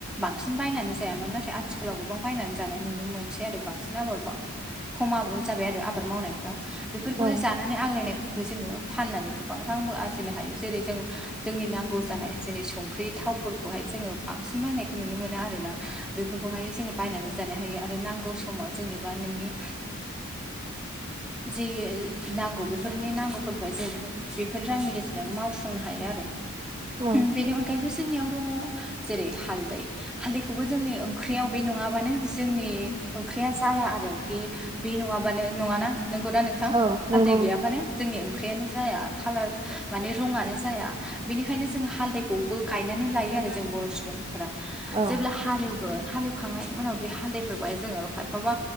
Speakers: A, in the centre; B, on the right.
A: बांसिन बायनानै जायामोन नाथाय आथिखालाव गोबां बायनानै जानाय नुनो मोनसै आरो बांसिन आबाद माव खमाजाबाय आरो आबाद मावनायफ्रा बेफोरखौ
B: औ
A: जानो नानै आग्लायनायफोरखौ जोङो फाननानै गोबां रांबो आरजिनो हायो जेरै जों जोंनि नांगौ जानाय जेरै संख्रि थावफोर खौहाय जोङो बांसिन बायनायखौ नुनो मोनो आरो ना बेफोरखौहाय जों बायनानै जानो हायो आरो नांगौ स समाव जोंनिबा नोंनि जि नांगौ बेफोरनि नांगौफोरखौ जों बेफोर रांनि गेजेरजों मावफुंनो हायो आरो
B: औ
A: बेनि अनगायैबो जोंनियाव, दङ जेरै हालदै, हालदैखौबो जोंनि ओंख्रियाव बे नङाबानो जोंनि ओंख्रिया जाया आरो बे बे नङाबानो नङाना नोंगौना नोंथां
B: औ नंगौ
A: हालदै गैयाबानो, जोंनि ओंख्रियानो जाया खालार माने रंहानो जाया बेनिखायनो जों हालदैखौबो गायनो गायनानै लायो आरो जों बर' सुबुंफोरा
B: औ
A: जेब्ला हालेव गोन हालेवखांनायनि उनाव बे हालदैफोरखौहाय जोङो खायफाबा